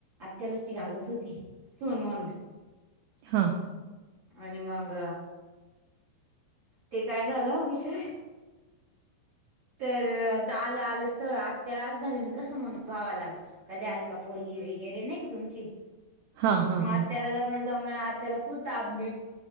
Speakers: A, on the right; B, on the right.
A: आत्यालाच ती लागत होती सुन म्हणून.
B: हा.
A: आणि मग ते काय झालं विषय तर आ आलं आलंच आत्यालाच झालं मी कसं म्हणू भावाला का द्याल का पोरगी वगैरे नाही का तुमची
B: हां, हां,
A: मग आत्याला
B: हां.
A: जा जम आत्याला फुल ताप बीप